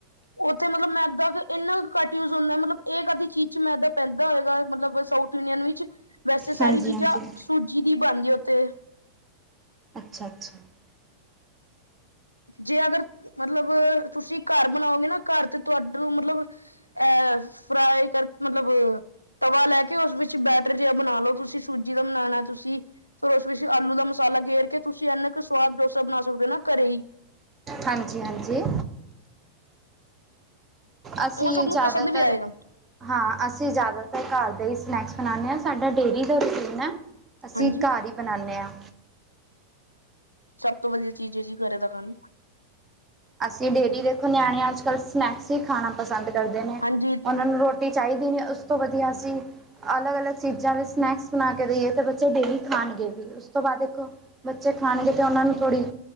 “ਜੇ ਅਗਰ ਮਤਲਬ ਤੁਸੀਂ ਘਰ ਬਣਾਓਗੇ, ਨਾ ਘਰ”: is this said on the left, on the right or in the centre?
Left